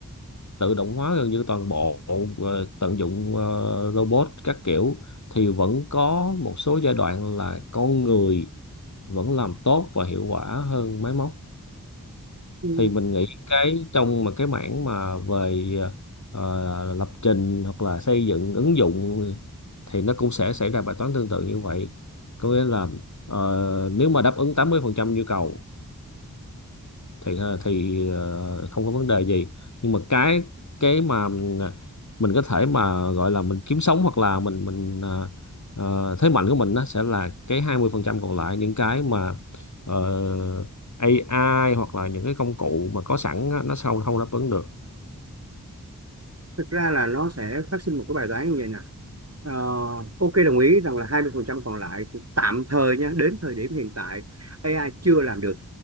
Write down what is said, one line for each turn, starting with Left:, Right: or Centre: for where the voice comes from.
Left: tự động hóa gần như toàn bộ ờ, tận dụng ờ, robot các kiểu thì vẫn có một số giai đoạn là con người vẫn làm tốt và hiệu quả hơn máy móc
Right: ừ.
Left: thì mình nghĩ cái trong mà cái mảng mà về ờ, lập trình hoặc là xây dựng ứng dụng thì nó cũng sẽ xảy ra bài toán tương tự như vậy có nghĩa là ờ, nếu mà đáp ứng 80% nhu cầu thì ờ, thì ờ, không có vấn đề gì nhưng mà cái cái mà ờ, mình có thể mà gọi là mình kiếm sống hoặc là mình mình ờ, ờ, thế mạnh của mình nó sẽ là cái 20% còn lại những cái mà ờ, AI hoặc là những cái công cụ mà có sẵn á, nó sao không đáp ứng được
Right: thực ra là nó sẽ phát sinh một cái bài toán như vậy nè Ờ, ok đồng ý rằng là 20% còn lại thì tạm thời nha đến thời điểm hiện tại AI chưa làm được